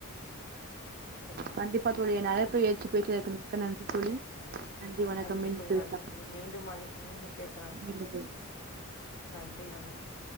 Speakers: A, on the left; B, on the right.
A: தோழி
B: <inaudible> கண்டிப்பாத் தோழி என் அழைப்பை ஏச்சு பேசியதுக்கு மிக்க நன்றி தோழி வணக்கம்
A: நன்றி
B: மீண்டும்
A: தோழி
B: பேசலாம்
A: நன்றி தோழி மீண்டும் அழை மீண்டும் பேசலாம்
B: மீண்டும் பேச
A: நன்றி வணக்கம்